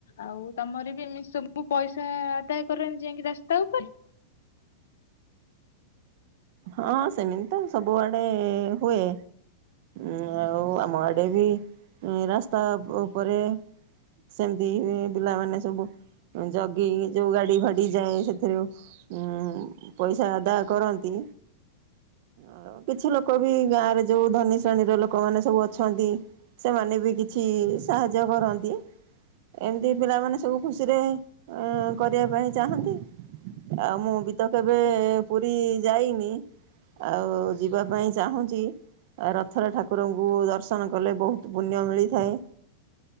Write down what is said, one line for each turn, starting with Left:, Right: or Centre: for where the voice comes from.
Left: ଆଉ ତମର ବି ଏମିତି ସବୁ ପଇସା ଆଦାୟ କରନ୍ତି, ଯାଇକି ରାସ୍ତା ଉପରେ
Right: ହଁ ସେମିତି ତ ସବୁଆଡେ ହୁଏ। ଉ ଆଉ ଆମ ଆଡେ ବି ରାସ୍ତା ଉପରେ ସେମିତି ପିଲାମାନେ ସବୁ ଜଗି ଯୋଉ ଗାଡି ଫାଡି ଯାଏ ସେଥିରୁ ହୁଁ ପଇସା ଆଦାୟ କରନ୍ତି। ଆଉ କିଛି ଲୋକ ବି ଗାଁରେ ଯୋଉ ଧନୀ ଶ୍ରେଣୀର ଲୋକମାନେ ସବୁ ଅଛନ୍ତି ସେମାନେ ବି କିଛି ସାହାଯ୍ୟ କରନ୍ତି। ଏମିତି ପିଲାମାନେ ସବୁ ଖୁସିରେ କରିବା ପାଇଁ ଚାହାଁନ୍ତି। ଆଉ ମୁଁ ବି ତ କେବେ ପୁରୀ ଯାଇନି ଆଉ ଯିବା ପାଇଁ ଚାହୁଁଛି। ରଥରେ ଠାକୁରଙ୍କୁ ଦର୍ଶନ କଲେ ବହୁତ ପୁଣ୍ୟ ମିଳିଥାଏ।